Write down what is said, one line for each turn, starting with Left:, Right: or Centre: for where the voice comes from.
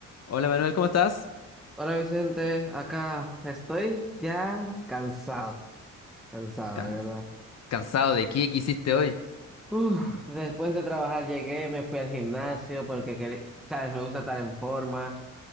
Left: Hola Manuel, ¿cómo estás?
Centre: Hola Vicente, acá estoy ya cansado, cansado
Left: Can-
Centre: de verdad.
Left: ¿cansado de qué? ¿Qué hiciste hoy?
Centre: Uf, después de trabajar llegué, me fui al gimnasio porque, quería- sabes, me gusta estar en forma.